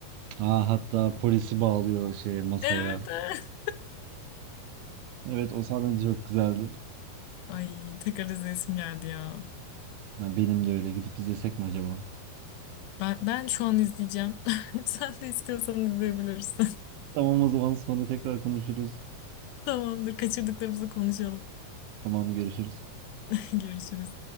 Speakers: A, on the right (about 80°); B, on the left (about 85°).
A: Aa hatta polisi bağlıyor şey masaya.
B: Evet. <laughs> evet.
A: Evet o sahne de çok güzeldi.
B: Ay tekrar izleyesim geldi ya.
A: Ha, benim de öyle gidip izlesek mi acaba?
B: Ben ben şu an izleyeceğim. <laughs> Sen de istiyorsan izleyebilirsin.
A: Tamam o zaman sonra tekrar konuşuruz.
B: <laughs> Tamamdır. Kaçırdıklarımızı konuşalım.
A: Tamam görüşürüz.
B: <laughs> Görüşürüz.